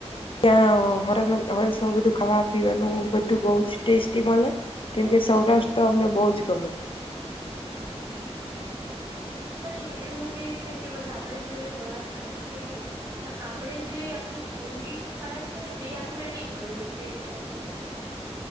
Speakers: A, on the left; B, on the right.
A: ત્યાં હો હોસ માં બધું ખાવા પીવાનું બધું બો જ ટેસ્ટી મળે કેમકે સૌરાષ્ટ્ર તો અમને બો જ ગમે.
B: પણ એવું કે છે કે બધા આપણે જયારે પ્રવાસ માટે નીકળીએ તો આપણે જે આપણું રૂટીન ખોરાક છે ને તે આપૂણને ની મળી રહે તે જગ્યા પર